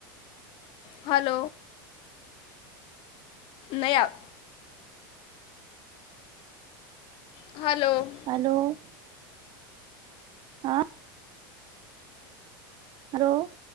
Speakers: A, on the left (about 45°); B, on the right (about 45°).
A: હાલ. નયા હલો.
B: હલો. હા. હલો.